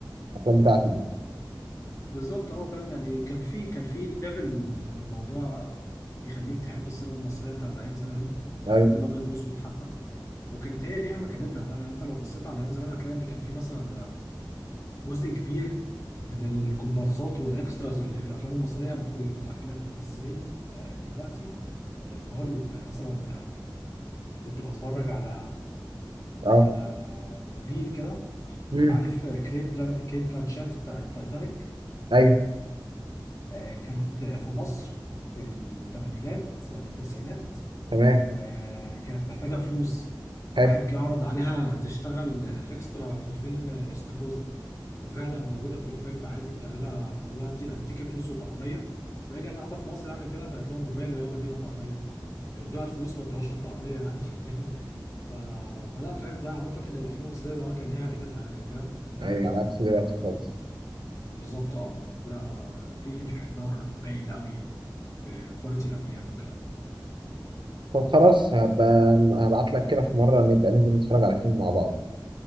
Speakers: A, on the right; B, on the left.
A: الافلام بتاعته دي
B: بالظبط اه فاهم يعني كان في كان في ليفل من الموضوع يخليك تحب السينما المصريه بتاعت ايام زمان الافلام
A: ايوه
B: الابيض والاسود حتى وكانت هي ليها مكانتها فاهم يعني انت لو بصيت على ايام زمان هتلاقي ان كان في مثلا جزء كبير من الكومبارسات والاكستراز اللي في الافلام المصريه مخرج افلام ممثلين آه، دلوقتي آه، في هوليوود يعني مثلا آه، كنت بتفرج على
A: اه
B: على ريل كده
A: امم
B: عارف آه، كليت بلا... كيت بلانشات بتاعت تايتانيك
A: ايوه
B: آه، كانت في مصر في الثمانينات ولا التسعينات
A: تمام
B: وكانت محتاجة فلوس فواحد
A: حلو
B: جه عرض عليها تشتغل اكسترا في فيلم استاكوزا وفعلا موجودة في الفيلم عادي قالوا لها قالوا لها دي هنديكي فلوس وطعمية وهي كانت قاعدة في مصر يعني وكده فقالت لهم وماله يلا بينا طعمية ادوها الفلوس ما ادوهاش الطعمية يعني <laughs> ف... فلا فاهم ده عرفك ان الافلام المصرية زمان كان ليها قيمتها يعني وكده فاهم
A: ايوه على عكس دلوقتي خالص
B: بالظبط اه لا آه، في انحدار باين قوي في كواليتي الافلام وكده
A: طب خلاص هبقى هبعت لك كده في مرة نبقى ننزل نتفرج على فيلم مع بعض